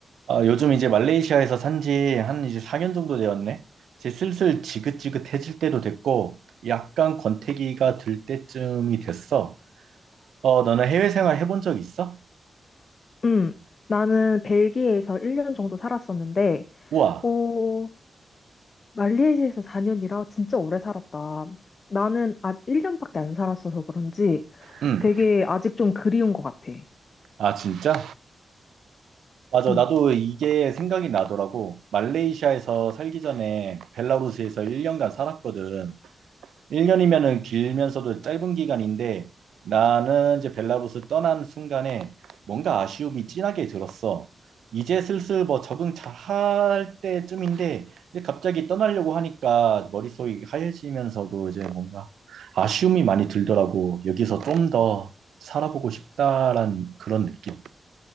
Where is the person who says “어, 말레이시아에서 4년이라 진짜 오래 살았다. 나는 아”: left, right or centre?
Left